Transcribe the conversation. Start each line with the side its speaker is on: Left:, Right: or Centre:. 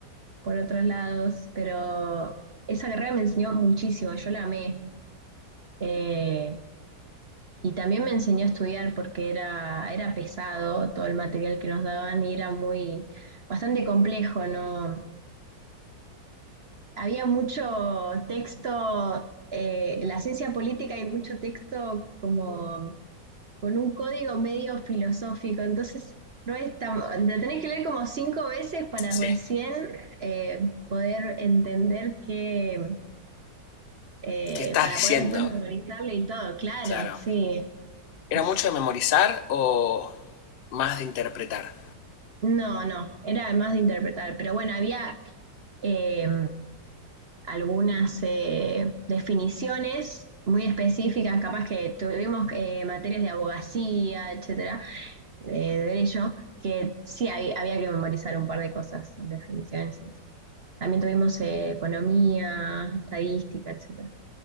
Right: por otros lados, pero esa carrera me enseñó muchísimo, yo la amé. Eh, y también me enseñó a estudiar porque era, era pesado todo el material que nos daban y era muy, bastante complejo, ¿no? había mucho texto, eh, en la ciencia política hay mucho texto como con un código medio filosófico, entonces no es tan, lo tenés que leer como cinco veces para
Left: sí.
Right: recién eh, poder entender que, eh,
Left: ¿Qué estás
Right: para
Left: diciendo?
Right: poder después memorizarlo y todo, claro,
Left: Claro.
Right: sí.
Left: ¿Era
Right: es-
Left: mucho de memorizar o más de interpretar?
Right: no, no, era más de interpretar, pero bueno, había... eh, algunas eh, definiciones muy específicas, capaz que tuvimos eh, materias de abogacía, etcétera, de derecho, que sí hay- había que memorizar un par de cosas, definiciones. y eso. También tuvimos eh, economía, estadística, etcétera.